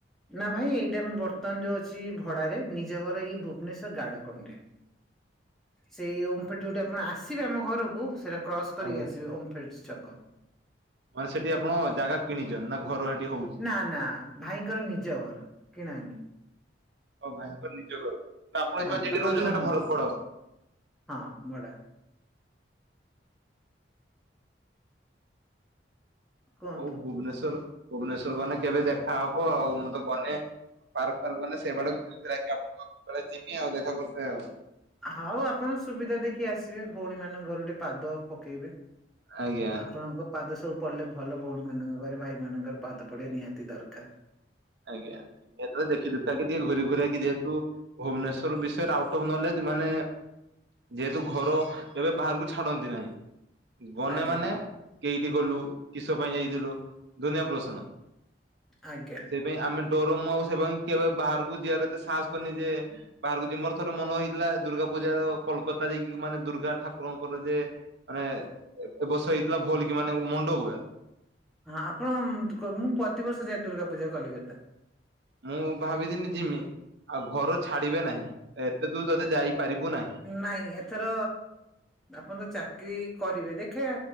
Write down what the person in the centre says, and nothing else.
ନା ଭାଇ ଏଇଟା ମୁଁ ବର୍ତ୍ତମାନ ଯୋଉ ଅଛି ଭଡାରେ। ନିଜ ଘର ଏଇ ଭୁବନେଶ୍ଵର ଗାଡକଣ୍ଡରେ। ସେଇ ଓମ୍ଫେଡ଼୍ ଯେଉଁଠି ଆପଣ ଆସିବେ ଆମ ଘରକୁ ସେଇଟା କ୍ରସ୍ କରିକି
ଆସିବେ ଓମ୍ଫେଡ଼୍ ଛକ।
ନା ନା ଭାଇଙ୍କର ନିଜ ଘର କିଣା ହେଇନି।
ହଁ
ତାଙ୍କର
ଜନ୍ମ
ହଁ ଭଡ଼ା। କୁହନ୍ତୁ।
ହଉ ଆପଣ ସୁବିଧା ଦେଖି ଆସିବେ ଭଉଣୀ ମାନଙ୍କ ଘରୁ ଟିକେ ପାଦ ପକେଇବେ।
ଆପଣଙ୍କ ପାଦ ସବୁ ପଡିଲେ ଭଲ ଭଉଣୀ ମାନଙ୍କ ଘରେ। ଭାଇମାନଙ୍କର ପାଦ ପଡିବା ନିହାତି ଦରକାର।
ଆଜ୍ଞା
ଆଜ୍ଞା।
ହଁ ଆପଣ ମୁଁ ପ୍ରତିବର୍ଷ ଯାଏ ଦୁର୍ଗା ପୂଜା କୁ କଲିକତା।
ନାଇଁ ଏଥର ଆପଣ ତ ଚାକିରୀ କରିବେ ଦେଖଆ।